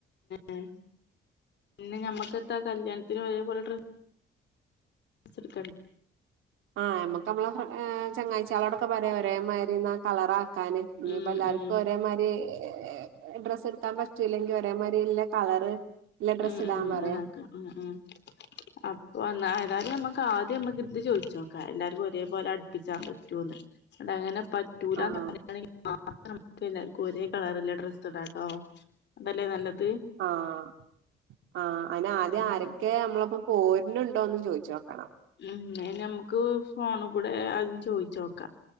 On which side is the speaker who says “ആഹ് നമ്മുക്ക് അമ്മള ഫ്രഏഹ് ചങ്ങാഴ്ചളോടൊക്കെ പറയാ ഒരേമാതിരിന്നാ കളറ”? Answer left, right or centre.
Right